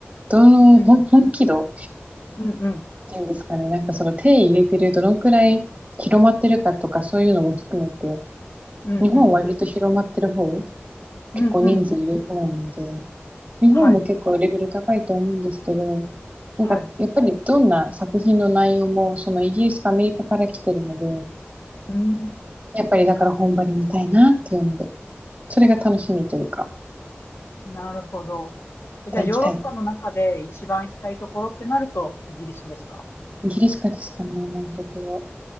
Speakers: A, on the right; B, on the left.
A: どの、
B: うん。
A: ほん本気度っ
B: うんうん。
A: ていうんですかね。なんかその手入れてるどのくらい広まってるかとかそういうのも含めて、
B: うんうん。
A: 日本は割と広まってる方、
B: うんうんうんうん。
A: 結構人数いる方なので、日本も結構レベル高いと思うんですけど、
B: はい。
A: なんかやっぱりどんな作品の内容もそのイギリスとアメリカから来てるので、
B: はい。うーん。
A: やっぱりだから本場で見たいなっていうので、それが楽しみというか、
B: なるほど。えじゃあ、
A: また行きたい
B: ヨーロッパの中で一番行きたいところってなると、イギリスですか
A: ギリシカですかね、今のところ。